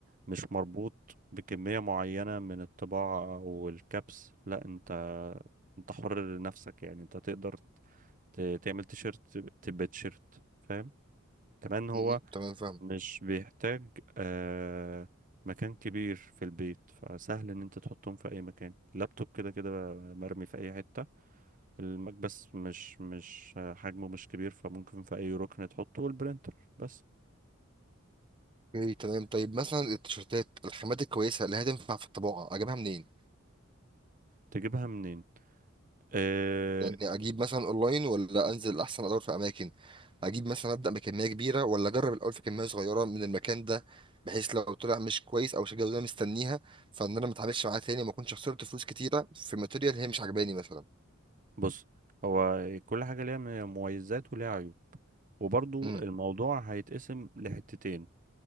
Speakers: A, on the right; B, on the right.
A: مش مربوط بكمية معينة من الطباعة او الكبس لا انت انت حر لنفسك يعني انت تقدر ت- تعمل تيشيرت تبقى تيشيرت فاهم كمان هو
B: م- م. تمام فاهم
A: مش بيحتاج آه مكان كبير في البيت فسهل ان انت تحطهم في اي مكان اللابتوب كده كده مرمي في اي حتة المكبس مش مش آه، حجمه مش كبير فممكن في اي ركن تحطه والبرينتر بس
B: اوكي تمام طيب مثلا التيشيرتات الخامات الكويسه اللي هتنفع في الطباعه اجيبها منين
A: تجيبها منين آه
B: يعني اجيب مثلا اونلاين ولا انزل احسن ادور في اماكن اجيب مثلا ابدا بكميه كبيره ولا اجرب الاول في كميه صغيره من المكان ده بحيث لو طلع مش كويس او مش الجوده اللي أنا مستنيها فان انا ما اتعاملش معاه تاني ما اكونش خسرت فلوس كتيره في ماتيريال هي مش عجباني مثلا
A: بص هو كل حاجة ليها م- مميزات وليها عيوب وبرضو
B: امم
A: الموضوع هيتقسم لحتتين